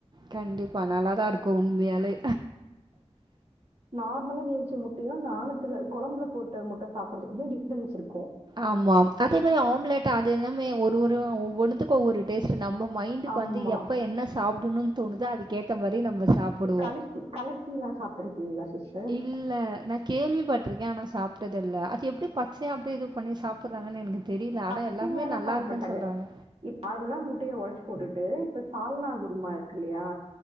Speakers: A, on the right; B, on the right.
A: கண்டிப்பா நல்லாதா இருக்கு உண்மையாலே
B: நார்மலா வேவ்ச்ச முட்டையு அந்த ஆணத்துல குழம்புல போட்ட முட்ட சாப்பறதுக்குமே டிஃபரென்ட்ஸ் இருக்கு
A: ஆமாம் அதே மாரி ஆம்லெட் அது எல்லாமே ஒரு ஒரு ஒவ்வொண்ணுத்துக் கு ஒரு டேஸ்ட்டு நம்ம மைண்டுக்கு
B: ஆமா.
A: வந்து எப்ப என்ன சாப்பிடணும்னு தோணுதோ அதுக்கேத்த மாரி நம்ம சாப்புடுவோ
B: கலக்கு கலக்கிலா சாப்ட்ருக்கீங்களா சிஸ்
A: இல் இல்ல நா கேள்விபட்ருக்கே அனா சாப்ட்டது இல்ல அது எப்டி பச்சையா அப்டி ஏதோ பண்ணி சாப்புட்றாங்கன்னு எனக்குத் தெரில ஆனா
B: பச்சையாலா
A: எல்லாருமே நல்லா
B: சாப்ட
A: இருக்குன்னு
B: மாட்டாங்க.
A: சொல்றாங்க
B: இப் நார்மலா முட்டைய ஒடச்சி போட்டுட்டு இப்போ சால்னா குருமா இருக்கு இல்லையா